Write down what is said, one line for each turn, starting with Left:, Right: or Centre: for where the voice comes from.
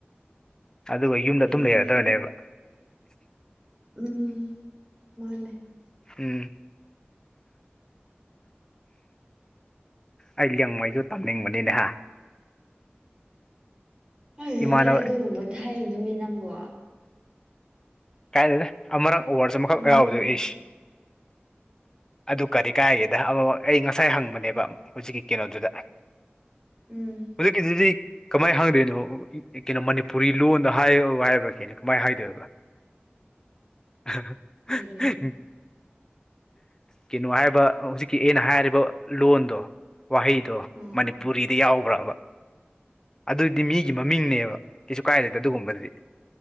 Left: ꯑꯗꯨꯒ ꯌꯨꯝꯗ
Right: ꯑꯩ
Left: ꯑꯗꯨꯝ ꯂꯩꯒꯗꯕꯅꯦꯕ
Right: ꯎꯝ ꯃꯥꯅꯦ
Left: ꯎꯝ
Right: <unintelligible>
Left: ꯑꯩ ꯂꯡꯉꯩꯁꯨ ꯇꯝꯅꯤꯡꯕꯅꯤꯅꯦꯍ
Right: ꯑꯗꯨ
Left: ꯏꯃꯥꯟꯅꯕ
Right: ꯃꯗ ꯅꯨꯃꯤꯠ ꯅꯪꯕꯨ
Left: ꯀꯥꯏ ꯂꯩꯗ ꯑ ꯑꯃꯔ ꯑꯣꯋꯥꯔꯁꯨ ꯑꯃꯈꯛ
Right: ꯃꯃꯤꯡꯗꯣ
Left: ꯌꯥꯎꯕꯗꯣ ꯏꯁ ꯑꯗꯨ ꯀꯔꯤ ꯀꯥꯏꯒꯦꯗ ꯑꯃ ꯑꯩ ꯉꯁꯥꯏ ꯍꯪꯕꯅꯦꯕ ꯍꯧꯖꯤꯛꯀꯤ ꯀꯩꯅꯣꯗꯨꯗ
Right: ꯎꯝ
Left: ꯍꯧꯖꯤꯛꯀꯤꯗꯨꯗꯤ ꯀꯃꯥꯏꯅ ꯍꯪꯗꯣꯏꯅꯣ ꯀꯩꯅꯣ ꯃꯅꯤꯄꯨꯔꯤ ꯂꯣꯟꯗ ꯍꯥꯏ ꯍꯥꯏꯕ꯭ꯔꯥ ꯀꯦꯅꯦꯣ ꯀꯃꯥꯏꯅ ꯍꯥꯏꯗꯣꯏꯕ <unintelligible>
Right: ꯀꯔꯤ
Left: ꯀꯩꯅꯣ ꯍꯥꯏꯕ ꯍꯧꯖꯤꯛꯀꯤ ꯑꯩꯅ ꯍꯥꯏꯔꯤꯕ ꯂꯣꯟꯗꯣ ꯋꯥꯍꯩꯗꯣ
Right: ꯑ
Left: ꯃꯅꯤꯄꯨꯔꯤꯗ ꯌꯥꯎꯕ꯭ꯔꯕ ꯑꯗꯨꯗꯤ ꯃꯤꯒꯤ ꯃꯃꯤꯡꯅꯦꯕ ꯀꯩꯁꯨ ꯀꯥꯏꯗꯦ ꯑꯗꯨꯒꯨꯝꯕꯗꯤ